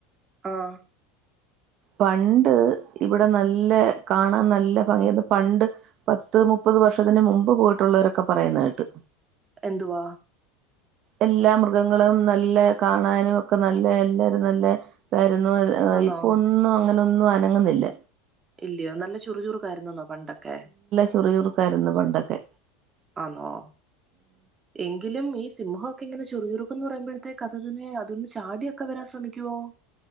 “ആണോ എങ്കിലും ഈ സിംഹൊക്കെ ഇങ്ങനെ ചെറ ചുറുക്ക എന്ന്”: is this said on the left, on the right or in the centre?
Right